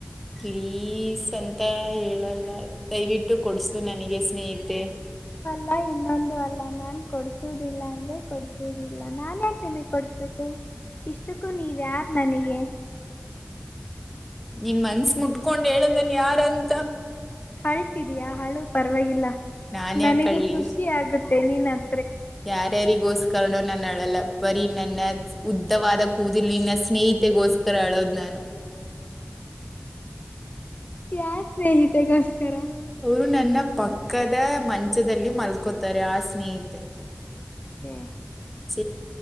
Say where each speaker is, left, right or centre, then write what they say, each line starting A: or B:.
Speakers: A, in the centre; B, on the left.
A: ಪ್ಲೀಸ್ ಅಂತ ಹೇಳಲ್ಲ ದಯವಿಟ್ಟು ಕೊಡ್ಸು ನ ನಿನಿಗೆ ಸ್ನೇಹಿತೆ
B: ಲ್ಲ ಇನ್ನೊಂದು ಅಲ್ಲ ನಾನ್ ಕೊಡಸುದಿಲ್ಲ ಅಂದ್ರೆ ಕೊಡ್ ಸಡಿ ಇಲ್ಲ ನಾನ್ ಯಾಕೆ ನಿಮಗ್ ಕೊಡ್ಸ್ಬೇಕು ಇಷ್ಟಕ್ಕೂ ನೀವ ಯಾರ್ ನನಗೆ
A: ನೀನ್ ಮನ್ಸ್ ಮುಟ್ಕೊಂಡ್ ಹೇಳು ನಾನ್ ಯಾರಂತ
B: ಅಳ್ತಿದಿಯಾ ಅಳು ಪರವಾಗಿಲ್ಲ
A: ನಾನ್
B: ನನಗೂ
A: ಯಾಕ್ ಅಳ್ಲಿ
B: ಖುಷಿ ಆಗುತ್ತೆ ನೀನ್ ಅತ್ರೆ
A: ಯಾರ್ಯಾರಿಗೋಸ್ಕರನೋ ನಾನು ಅಳಲ್ಲ ಬರೀ ನನ್ನ ಉದ್ದವಾದ ಕೂದಲ್ ನಿನ್ನ ಸ್ನೇಹಿತೆಗೋಸ್ಕರ ಅಳೋದ್ ನಾನು
B: ಯಾರ್ ಸ್ನೇಹಿತೆಗೋಸ್ಕರ
A: ಅವ್ರು ನನ್ನ ಪಕ್ಕದ ಮಂಚದಲ್ಲಿ ಮಲ್ಕೋತಾರೆ ಆ ಸ್ನೇಹಿತೆ
B: ಹ್ಮ
A: ಸ